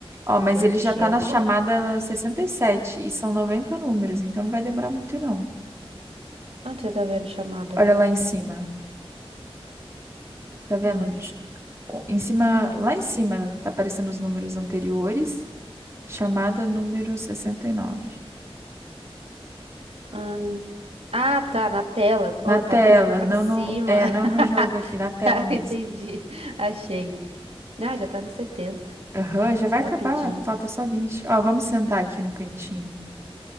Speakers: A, on the right (about 25°); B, on the right (about 80°).
A: Ó,
B: Entendi
A: mas ele já tá
B: agora.
A: na chamada sessenta e sete e são 90 números, então não vai demorar muito, não.
B: Onde você tá vendo chamada?
A: Olha lá em cima. Tá vendo?
B: Onde?
A: Em cima, lá em cima, tá aparecendo os números anteriores. Chamada número sessenta e nove
B: Hum, Ah, tá, na tela.
A: Na
B: Oh,
A: tela,
B: tava olhando pra
A: não
B: cima.
A: no, é,
B: <laughs>
A: não no jogo aqui, na tela
B: Tá,
A: mesmo.
B: entendi. Achei. Ah, já tá no setenta,
A: Aham, já vai
B: Rapidinho.
A: acabar, falta só vinte Ó, vamos sentar aqui no cantinho.